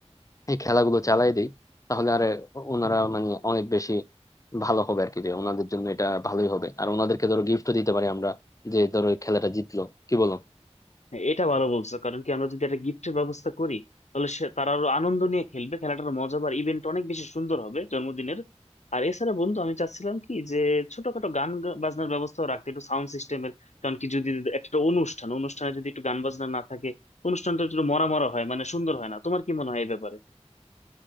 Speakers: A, on the left (about 30°); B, on the left (about 85°).
A: এই খেলাগুলো চালাই দিই তাহলে আর ওনারা মানে অনেক বেশি ভালো হবে আর কি যে ওনাদের জন্য এটা ভালোই হবে আর ওনাদেরকে ধরো গিফটও দিতে পারি আমরা যে ধরো এই খেলাটা জিতলো কি বলো
B: হ্যাঁ, এটা ভালো বলছো কারণ কি আমরা যদি একটা গিফটের ব্যবস্থা করি তাহলে সে তারা আরো আনন্দ নিয়ে খেলবে খেলাটার মজা আর ইভেন্ট অনেক বেশি সুন্দর হবে জন্মদিনের আর এছাড়া বন্ধু আমি চাচ্ছিলাম কি যে ছোটখাটো গান গা- বাজনার ব্যবস্থা রাখতে একটু সাউন্ড সিস্টেমের কারণ কি যদি একটা অনুষ্ঠান অনুষ্ঠানে যদি একটু গান বাজনা না থাকে অনুষ্ঠানটা একটু মরা মরা হয় মানে সুন্দর হয় না তোমার কি মনে হয় এই ব্যাপারে